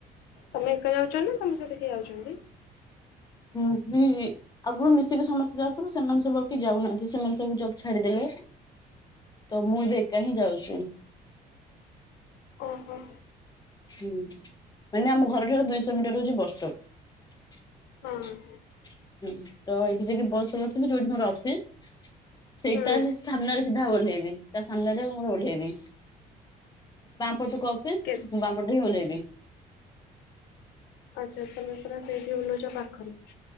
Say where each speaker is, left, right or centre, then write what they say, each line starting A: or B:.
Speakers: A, on the left; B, on the left.
A: ତମେ ଏକା ଯାଉଛ ନା, ତମ ସହିତ କିଏ ଯାଉଛନ୍ତି?
B: ମୁଁ ବି ଆଗରୁ ମିଶିକି ସମସ୍ତେ ଯାଉଥିଲୁ, ସେମାନେ ସବୁ କି ଯାଉନାହାନ୍ତି ସେମାନେ ସବୁ ଜବ୍ ଛାଡିଦେଲେ। ତ ମୁଁ ଏବେ ଏକା ହିଁ ଯାଉଛି।
A: ଓହୋ,
B: ହୁଁ, ମାନେ ଆମ ଘର ଠାରୁ ଦୁଇଶହ ମିଟର ହଉଛି ବସ ଷ୍ଟପ।
A: ହଁ
B: ହୁଁ, ତ ଏଇଠି ଯାଏକି ବସ ବସିଛି ଯୋଉଠି ମୋର ଅଫିସ। ସେଇ
A: ହୁଁ
B: ତାହାରି ସାମ୍ନାରେ ସିଧା ଓହ୍ଲେଇବି, ତା ସାମ୍ନାରେ ମୁଁ ଓଲ୍ହେଇବି। ପୂର୍ବକୁ ଅଫିସ
A: କେ
B: ବାମପଟେଇ ଓଲ୍ହେଇବି।
A: ଆଚ୍ଛା, ତମେ ପୁରା ସେଇଠି ଓଲ୍ହଉଛ। ପାଖରେ,